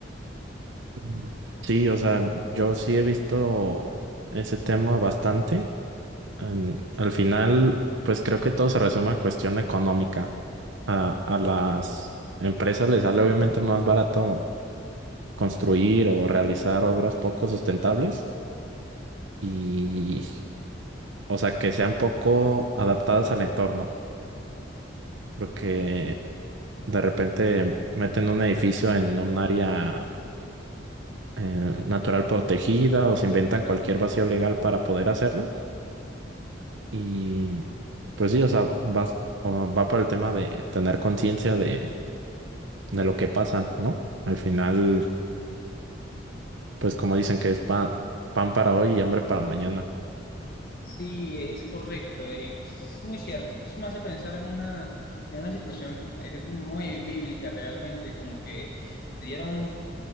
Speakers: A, on the right (about 85°); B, on the left (about 50°).
A: Mm. Sí, o sea, yo sí he visto ese tema bastante. En- al final, pues creo que todo se resume a cuestión económica. A, a las empresas les sale obviamente más barato construir o realizar obras poco sustentables y, o sea, que sean poco adaptadas al entorno. porque de repente meten un edificio en un área eh, natural protegida o se inventan cualquier vacío legal para poder hacerlo. Y pues sí, o sea, vas- o va por el tema de tener conciencia de, de lo que pasa, ¿no? Al final, pues como dicen que es pan, pan para hoy y hambre para mañana.
B: Sí, es correcto, es muy cierto. Eso me hace pensar en una, en una situación eh, muy bíblica realmente, como que dieron